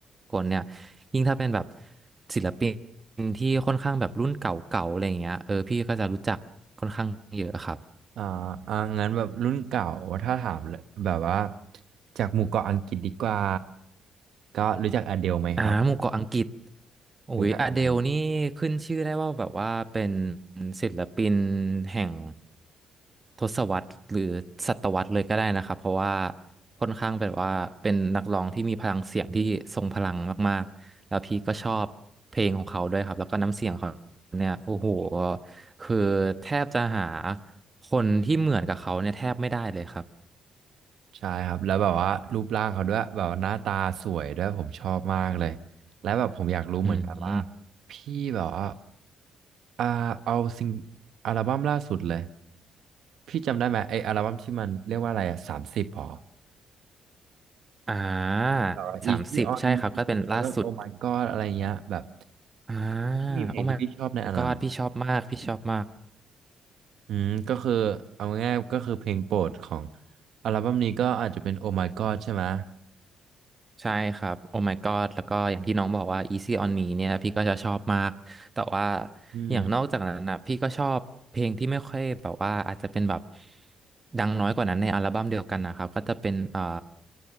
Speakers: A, on the right; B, on the right.
A: กลเนี่ยยิ่งถ้าเป็นแบบศิลปินที่ค่อนข้างแบบรุ่นเก่าๆอะไรเงี้ยเออพี่ก็จะรู้จักค่อนข้างเยอะครับ
B: อ่าอ่างั้นแบบรุ่นเก่าถ้าถามเลยแบบว่าจากหมู่เกาะอังกฤษดีกว่าก็รู้จักอเดลไหมครับ
A: อ่าหมู่เกาะอังกฤษโอ้ยอเดลนี่ขึ้นชื่อได้ว่าแบบว่าเป็น
B: รู้จักอเดล
A: ศิลปินแห่งทศวรรษหรือศตวรรษเลยก็ได้นะครับเพราะว่าค่อนข้างแบบว่าเป็นนักร้องที่มีพลังเสียงที่ทรงพลังมากๆแล้วพี่ก็ชอบเพลงของเขาด้วยครับแล้วก็น้ำเสียงเขาเนี่ยโอ้โหคือแทบจะหาคนที่เหมือนกับเขาเนี่ยแทบไม่ได้เลยครับ
B: ใช่ครับแล้วแบบว่ารูปร่างเขาด้วยแบบว่าหน้าตาสวยด้วยผมชอบมากเลยและแบบผมอยากรู้เหมือนกันว่า
A: อืม
B: พี่แบบว่าอ่าเอาซิงอัลบั้มล่าสุดเลยพี่จำได้ไหมไออัลบั้มที่มันเรียกว่าอะไรอะสามสิบหรอ
A: อ่า
B: แบบว่า
A: สามสิบใช่ครับก็เป็นล่าสุด
B: Easy on Me แล้วก็ Oh My God อะไรเงี้ยแบบ
A: อ่า
B: พี่มีเพลงที่พี่ชอบในอันนั้น
A: โอ้ my god พี่ชอบมากพี่ชอบมาก
B: อืมก็คือเอาง่ายๆก็คือเพลงโปรดของอัลบั้มนี้ก็อาจจะเป็น Oh My God ใช่ไหม
A: ใช่ครับโอ้ my god แล้วก็อย่างที่น้องบอกว่า Easy on Me เนี่ยพี่ก็จะชอบมากแต่ว่า
B: อืม
A: อย่างนอกจากนั้นนะพี่ก็ชอบเพลงที่ไม่ค่อยแบบว่าอาจจะเป็นแบบดังน้อยกว่านั้นในอัลบั้มเดียวกันนะครับก็จะเป็นเอ่อ